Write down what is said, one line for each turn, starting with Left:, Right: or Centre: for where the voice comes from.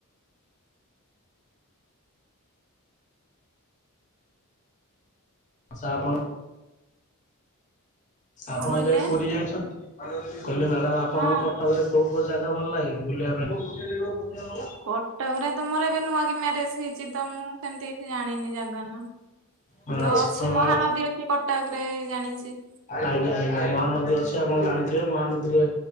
Left: ସା ଆପଣ ଆପଣ
Right: କଣ କହିଲେ
Left: କେବେ ପୁରୀ ଯାଇଛନ୍ତି କହିଲି ମ୍ୟାଡାମ ଆପଣକୁ
Right: ହଁ
Left: କଟକରେ କୋଉ କୋଉ ଜାଗା ଭଲ ଲାଗେ ବୁଲିବା ପାଇଁ
Right: କଟକ ରେ ତ ମୋର ଏବେ ନୂଆ ମ୍ୟାରେଜ ହେଇଚି ତ ମୁଁ ସେମିତି କିଛି ଜାଣିନି ଯାଗା ନା।
Left: ପାଇଁ ଆଚ୍ଛା
Right: ତ ଅଛି ମହାନଦୀ
Left: ତ
Right: ଅଛି କଟକରେ ଜାଣିଛି।
Left: ଆଜ୍ଞା ଆଜ୍ଞା ମହାନଦୀ ଅଛି ଆପଣ ଜାଣିଥିବେ ମହାନଦୀରେ